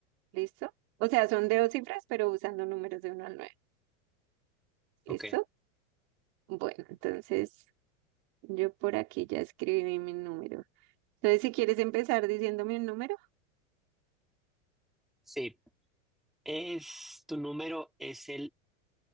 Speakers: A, on the right; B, in the centre.
A: ¿listo? O sea, son de dos cifras, pero usando números de uno al nueve ¿listo?
B: Ok.
A: Bueno, entonces Yo por aquí ya escribí mi número. Entonces, si quieres empezar diciéndome un número,
B: Sí. Es, tu número es el